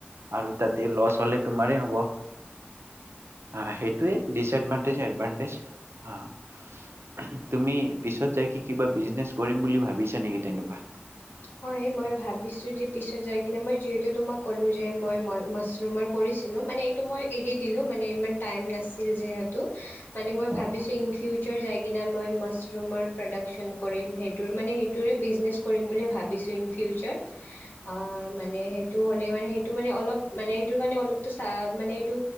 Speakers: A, on the right; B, on the left.
A: আৰু তাতে লছ হ'লে তোমাৰে হবে। অঁ সেইটোৱেই ডিচেতমেন। তাৰ পাছত এডভান্সতেচ আ তুমি পিছত যাই কি কিবা বিজনেচ কৰিম বুলি ভাবিছা নেকি তেনেকুৱা।
B: হয় মই ভাবিছোঁ যে পিছত যাই কিনে মই যিহেতু তোমাক ক'লো যে মই মাছৰুমৰ কৰিছিলোঁ মানে এইটো মই এৰি দিলোঁ মানে ইমান টাইম নাছিল যিহেতু। মানে মই
A: অ
B: ভাবিছোঁ ইন ফিউচাৰ য। কিনে মই মাছৰুমৰ প্ৰডাকচন কৰিম সেইটোৰ মানে সেইটোৰে বিজনেচ কৰিম বুলিয়েই ভাবিম। বিছ ইন ফিউচাৰ। অ মানে সেইটো হ'লে মানে সেই। টো মানে অলপ মানে এইটো কাৰণে অলপ চা মানে এইটো